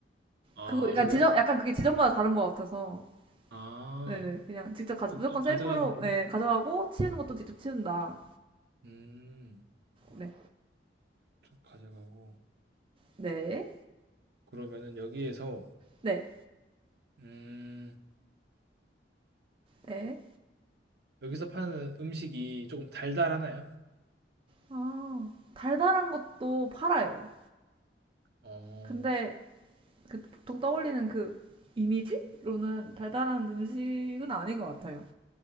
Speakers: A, on the right; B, on the right.
A: 아,
B: 그거 약간
A: 그래요?
B: 지점 약간 그게 지점마다 다른 것 같아서.
A: 아,
B: 네네. 그냥 직접 가져
A: 직접
B: 무조건 셀프로
A: 가져가는 걸로?
B: 네, 가져가고 치우는 것도 직접 치운다.
A: 음,
B: 네.
A: 쭉 가져가고.
B: 네.
A: 그러면은 여기에서,
B: 네.
A: 음,
B: 네.
A: 여기서 파는 음식이 조금 달달하나요?
B: 아, 달달한 것도 팔아요.
A: 어,
B: 근데 그 보통 떠올리는 그 이미지로는 달달한 음식은 아닌 것 같아요.